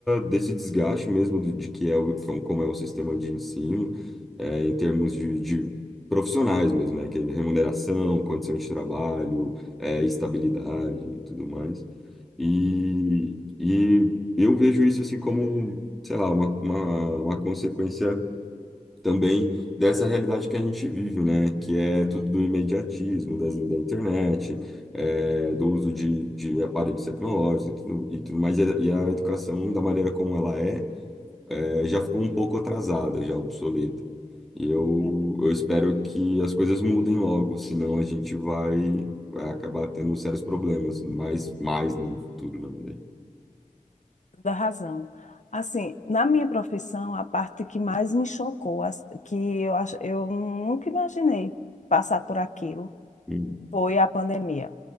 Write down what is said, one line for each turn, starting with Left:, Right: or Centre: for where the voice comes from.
Centre: desse desgaste mesmo de, de que é o, que é um- como é o sistema de ensino, é, em termos de, de profissionais mesmo, né? Que é remuneração, condição de trabalho, é, estabilidade e tudo mais. E, e eu vejo isso assim como, sei lá, uma, uma, uma consequência também dessa realidade que a gente vive, né? Que é tudo do imediatismo, das, da internet, é, do uso de, de aparelhos tecnológicos e tudo, e tudo mais. E a, e a educação, da maneira como ela é, é, já ficou um pouco atrasada, já obsoleta. E eu,
Left: É,
Centre: eu espero que as coisas mudem logo, senão a gente vai, vai acabar tendo sérios problemas, mais, mais, né, no futuro, na verdade.
Left: Toda razão. Assim, na minha profissão, a parte que mais me chocou, as- que eu acho, eu nunca imaginei passar por aquilo,
Centre: Hum.
Left: foi a pandemia.